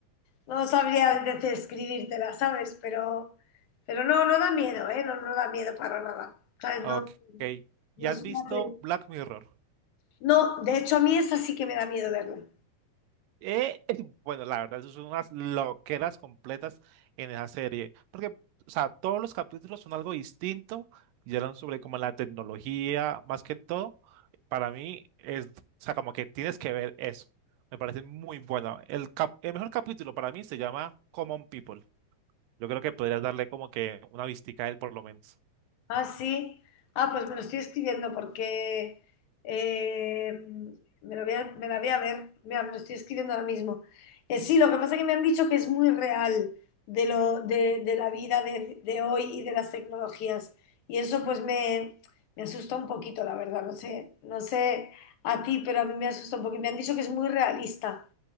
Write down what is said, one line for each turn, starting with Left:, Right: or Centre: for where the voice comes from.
Left: no sabría describírtela, ¿sabes? Pero, pero no, no da miedo, ¿eh? No, no da miedo para nada. ¿Sabes?
Right: Ok.
Left: No,
Right: ¿Ya
Left: no es
Right: has visto
Left: una serie-
Right: Black Mirror?
Left: No, de hecho a mí esa sí que me da miedo verla.
Right: Eh, <clears throat> <laughs> bueno, la verdad, eso son unas loqueras completas en esa serie. Porque, o sea, todos los capítulos son algo distinto y hablan sobre como la tecnología, más que todo. Para mí es, o sea, como que tienes que ver eso. Me parece muy bueno. El cap- el mejor capítulo para mí se llama Common People. Yo creo que podrías darle como que una vistica a él por lo menos.
Left: Ah, sí. Ah, pues me lo estoy escribiendo porque eh, me lo voy a, me la voy a ver. Mira, me lo estoy escribiendo ahora mismo. Eh, sí, lo que pasa es que me han dicho que es muy real de, lo, de, de la vida de, de hoy y de las tecnologías. Y eso pues me, me asusta un poquito, la verdad. No sé, no sé a ti, pero a mí me asusta un poquito. Me han dicho que es muy realista.